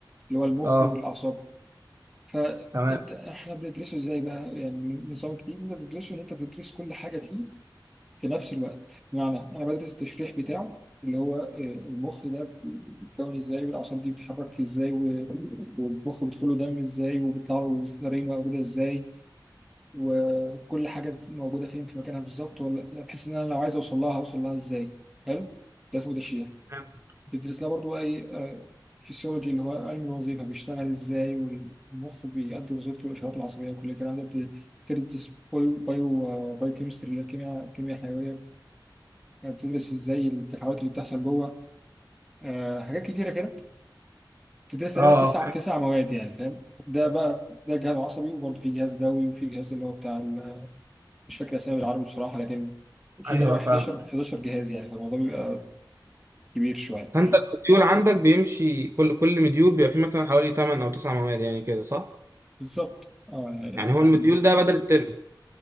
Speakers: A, in the centre; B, on the right (about 35°).
A: اللي هو المخ
B: اه
A: والاعصاب فانت
B: تمام
A: احنا بندرسه ازاي بقى يعني نظام الجديد انت بتدرسه ان انت بتدرس كل حاجه فيه في نفس الوقت بمعنى انا بدرس التشريح بتاعه اللي هو آه، المخ ده بيتكون ازاي والاعصاب دي بتتحرك ازاي و- والمخ بيدخله دم ازاي وبيطلع له نارين موجوده ازاي وكل حاجه بت- موجوده فين في مكانها بالظبط ولا بحيث ان انا لو عايز اوصل لها هوصل لها ازاي حلو ده اسمه تشريح
B: فاهم؟
A: بيدرسنا برضو بقى ايه فيسيولوجي اللي هو علم الوظيفه بيشتغل ازاي والمخ بيأدي وظيفته والاشارات العصبيه وكل الكلام ده بت- بتدرس بايو بايو آه، بايو كيمستري اللي هي الكيمياء الكيمياء الحيويه آه، بتدرس ازاي التفاعلات اللي بتحصل جوه آه، حاجات كتيره كده بتدرس تقريبا
B: اه
A: تسع
B: فاهم.
A: تسع مواد يعني فاهم ده بقى ده جهاز عصبي وبرضه في جهاز دوي وفي جهاز اللي هو بتاع ال- مش فاكر اسامي بالعربي بصراحه لكن في
B: ايوه
A: تقريبا 11
B: فاهم
A: 11 جهاز يعني فالموضوع بيبقى كبير شويه
B: فانت
A: فاهم
B: الموديول عندك بيمشي كل كل موديول بيبقى فيه مثلا حوالي 8 او 9 مواد يعني كده صح
A: بالظبط اه يعني
B: يعني
A: في
B: هو الموديول
A: الحدود دي
B: ده بدل الترم